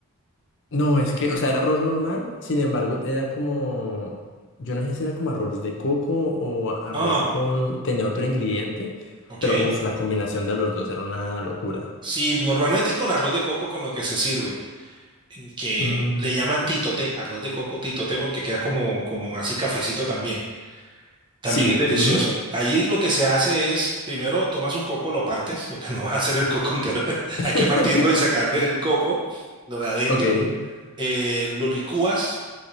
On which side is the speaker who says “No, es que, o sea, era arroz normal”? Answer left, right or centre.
Left